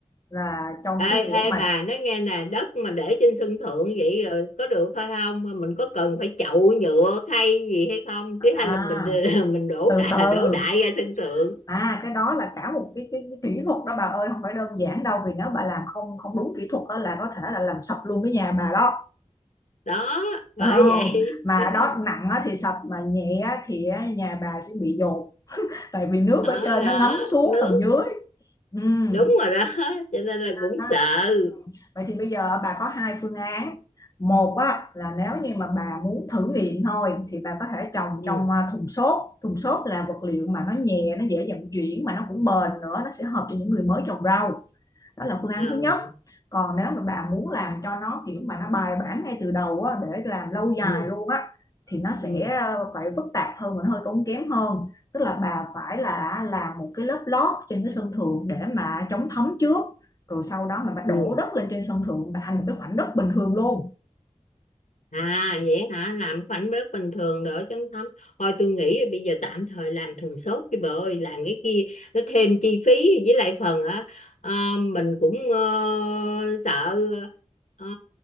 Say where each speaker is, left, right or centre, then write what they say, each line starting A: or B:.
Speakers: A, on the left; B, on the left.
A: là trong
B: ê
A: cái kiểu
B: ê
A: mà
B: bà nói nghe nè đất mà để trên sân thượng vậy rồi có được thôi không Mà mình có cần phải chậu nhựa khay gì hay không
A: à,
B: chứ hay là mình <laughs> mình đổ
A: từ
B: đại
A: từ
B: đổ đại ra sân thượng
A: À cái đó là cả một cái, cái, cái kỹ thuật đó bà ơi không phải đơn giản đâu vì nếu bà làm không không đúng kỹ thuật đó, là có thể là làm sập luôn cái nhà bà đó
B: đó bởi
A: oh,
B: vậy
A: mà
B: <laughs>
A: đó nặng á thì sập mà nhẹ á thì á, nhà bà sẽ bị dột tại vì nước
B: đó
A: ở trên
B: đó
A: nó ngấm xuống
B: nước
A: tầng dưới Ừm.
B: đúng rồi đó <laughs> cho nên là cũng
A: Đó.
B: sợ
A: Ừ. Vậy thì bây giờ bà có hai phương án. Một á, là nếu như mà bà muốn thử nghiệm thôi thì bà có thể trồng
B: ừ
A: trong à, thùng xốp. Thùng xốp là vật liệu mà nó nhẹ, nó dễ vận chuyển mà nó cũng bền nữa, nó sẽ hợp cho những người mới trồng rau. đó là phương án
B: ừ
A: thứ nhất còn nếu mà bà muốn làm cho nó kiểu mà nó bài bản ngay từ đầu á, để làm lâu dài
B: ừ
A: luôn á thì nó sẽ
B: ừ
A: ờ, phải phức tạp hơn và hơi tốn kém hơn tức là bà phải là làm một cái lớp lót trên cái sân thượng để mà chống thấm trước rồi sau đó mình bắt
B: ừ
A: đổ đất lên trên sân thượng là thành một cái khoảnh đất bình thường luôn
B: À vậy hả? Làm khoảnh rất bình thường đỡ chấm thấm. Thôi tôi nghĩ bây giờ tạm thời làm thùng sốt đi bà ơi. Làm cái kia nó thêm chi phí với lại phần á à, mình cũng ờ, sợ ờ,